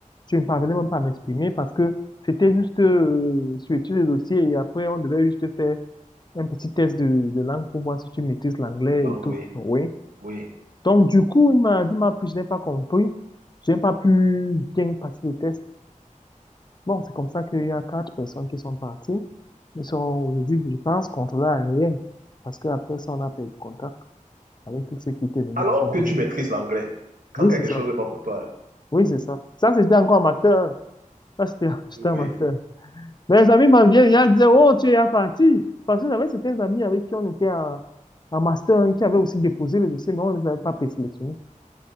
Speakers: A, on the left; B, on the right.
A: Je ne parvenais même pas à m'exprimer parce que c'était juste euh, suivre le dossier et après, on devait juste faire un petit test de, de langue pour voir si tu maîtrises l'anglais
B: Le langue,
A: et tout.
B: oui,
A: Oui.
B: oui.
A: Donc, du coup, une maladie m'a pris, je n'ai pas compris. je n'ai pas pu bien passer le test. Bon, c'est comme ça qu'il y a quatre personnes qui sont parties. Ils sont, aujourd'hui, je pense, contrôlés à rien. Parce qu'après ça, on a perdu contact avec tous ceux qui étaient venus
B: Alors
A: composer.
B: que tu maîtrises l'anglais, quand
A: Oui,
B: quelque
A: c'est ça.
B: chose n'est pas pour toi,
A: Oui, c'est ça. Ça, c'était encore en master. un. Ça, c'était, <laughs> c'était
B: oui,
A: un master. Mes amis m'en viennent, ils disaient, oh, tu es parti. Parce que j'avais certains amis avec qui on était en, en master 1 qui avaient aussi déposé le dossier, mais on ne les avait pas présélectionnés.